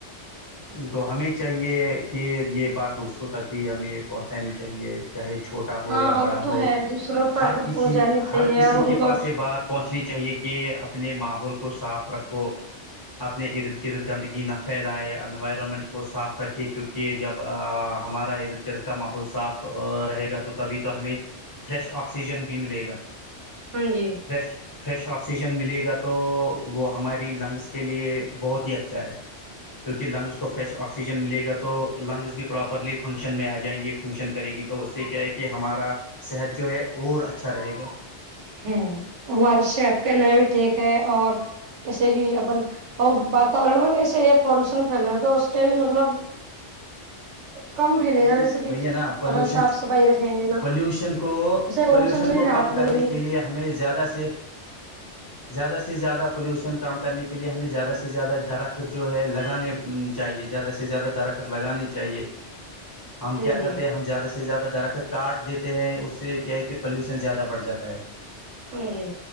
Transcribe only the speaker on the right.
ہاں
وہ تو
ہے دوسروں تک
پہنچانی چاہیے
اور ان
کو
ہاں جی
ہوں ہمارے صحت کے لیے بھی ٹھیک ہے اور جیسے کہ اپن اور واتاورن میں نا ایسے پولوشن پھیلا ہے تو اس کے بھی مطلب کم پھیلے
گا جیسے
کہ
اپن صاف صفائی رکھیں گے نا
اسے پالوشن
میں بھی
راحت
ملے گی
<inaudible>
ہاں
جی
ہاں جی